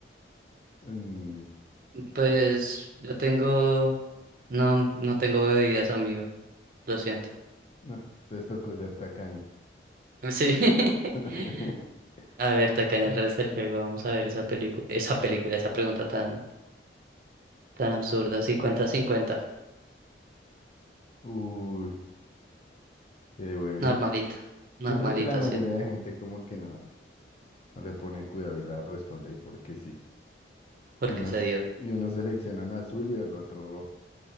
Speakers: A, on the left (about 30°); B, on the right (about 50°).
A: Mm,
B: Pues yo tengo... No, no tengo bebidas, amigo. Lo siento.
A: no, entonces tocó ser tacaño.
B: Sí.
A: <laughs>
B: <laughs> A ver, tacaño
A: Mm.
B: el resto del juego. Vamos a ver esa película, esa película, esa pregunta tan, tan absurda. Cincuenta, cincuenta.
A: Uy, eh, bueno,
B: Normalita. Normalita,
A: yo creo que la mayoría
B: sí.
A: de gente como que no, no le pone cuidado y la responde ahí porque sí.
B: Porque
A: y unos,
B: se dio.
A: y unos seleccionan azul y el otro rojo,